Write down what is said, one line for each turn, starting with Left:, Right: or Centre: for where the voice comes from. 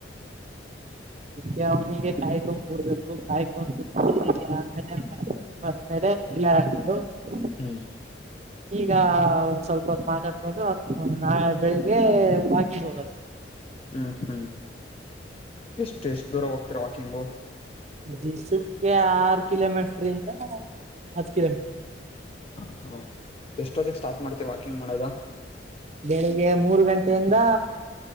Left: ಹ <inaudible>
Right: ಅದಕ್ಕೆ ಅವನಿಗೆ ಕಾಯ್ಕೊಂಡು ಕೂಡ್ಬೇಕು <unintelligible> ಕಾಯ್ಕೊಂಡುೇಲೆ ಬ್ಮೇಲೆ ಲ್ಲರಬೋದು <unintelligible>
Left: ಹ್ಮ್
Right: ಈಗ ಒ ಸ್ವಲ್ಪೊ ಮಾತಾಡ್ಕೊಂಡು ನಾೆ ಬೆಳಿಗ್ಗೆ ಬಾಕಿ ಹೋಗದು
Left: ಹ್ಮ್ ಹ್ಮ್ ಎಷ್ಟ ಎಷ್ಟ್ ದೂರ ಹೋಗ್ತಿೀರಾ ವಾಕಿಂಗು
Right: ದಿಸಕ್ಕೆ ಆರು ಕಿಲೋಮೀಟ್ರಿಂದ ಹತ್ತು ಕಿಲೋಮೀಟರ್
Left: ಹ ಹಾ ಎಷ್ಟೊತ್ತಿಗೆ ಸ್ಟಾರ್ಟ್ ಮಾಡ್ತೀವಿ ವಾಕಿಂಗ್ ಮಾಡದ
Right: ಬೆಳಿಗ್ಗೆ ಮೂರು ಗಂಟೆಯಿಂದ